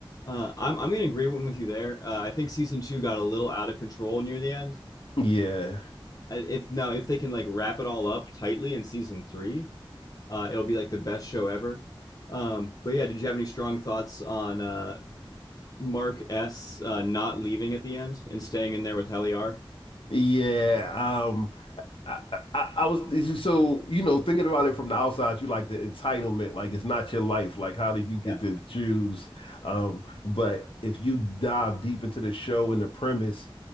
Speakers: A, on the left; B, on the left.
A: uh, I'm I'm gonna agree with you there. Uh, I think season two got a little out of control near the end.
B: Yeah.
A: I- If now if they can like wrap it all up tightly in season three, uh, it'll be like the best show ever. Um, but yeah, did you have any strong thoughts on uh, Mark S uh, not leaving at the end and staying in there with Heliar.
B: Yeah. um, I, I, I was so you know thinking about it from the outside, you like the entitlement, like it's not your life. Like how did you get
A: Yeah.
B: to choose? Um, but if you dive deep into the show and the premise,